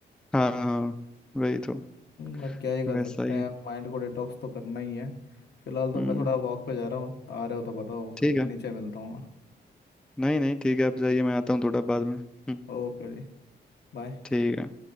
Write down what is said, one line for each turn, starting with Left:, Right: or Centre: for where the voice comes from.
Centre: हाँ हाँ वही तो
Left: बट क्या ही कर
Centre: वैसा
Left: सकते
Centre: ही
Left: हैं
Centre: है
Left: माइंड को डिटॉक्स तो करना ही है फिलहाल तो
Centre: हम्म
Left: मैं थोड़ा वॉक पे जा रहा हूँ आ रहे हो तो बताओ
Centre: ठीक
Left: घर के
Centre: है
Left: नीचे मिलता हूँ मैं
Centre: नहीं नहीं ठीक है आप जाइए मैं आता हूँ थोड़ा बाद में हम्म,
Left: ओके जी बाय
Centre: ठीक है